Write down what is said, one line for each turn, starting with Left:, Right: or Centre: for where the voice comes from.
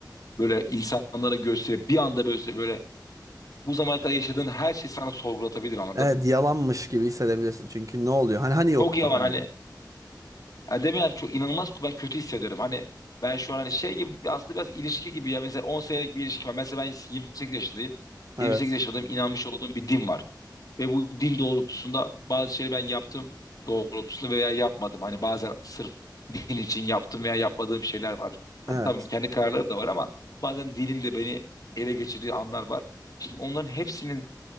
Left: böyle insanlara gösterip bir anda böyle böyle bu zamana kadar yaşadığın her şeyi sana sorgulatabilir anladın
Right: Evet
Left: mı?
Right: yalanmış gibi hissedebilirsin. Çünkü ne oluyor? Hani hani yoktu
Left: Çok yavan
Right: hani.
Left: hani Yani değil mi yani çok inanılmaz ben kötü hissederim. Hani ben şu an hani şey gibi aslında biraz ilişki gibi ya mesela 10 senelik bir ilişki var. Mesela ben 28 yaşındayım.
Right: Evet.
Left: 28 yaşındayım inanmış olduğum bir din var. Ve bu din doğrultusunda bazı şeyleri ben yaptım doğrultusunda veya yapmadım. Hani bazen sırf din için yaptım veya yapmadığım şeyler var. Hani
Right: Evet.
Left: tamam kendi kararları da var ama bazen dinin de beni ele geçirdiği anlar var. Şimdi onların hepsinin